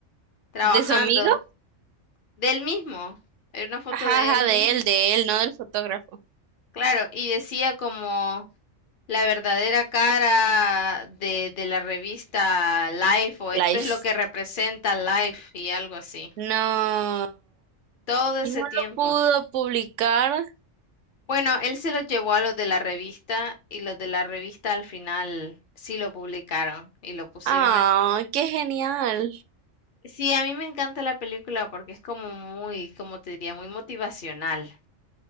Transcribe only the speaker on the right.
¿De su amigo?
Ajá,
ajá,
de él, de él, no del fotógrafo.
Life.
No.
Y
no
lo pudo publicar.
Ah,
qué genial.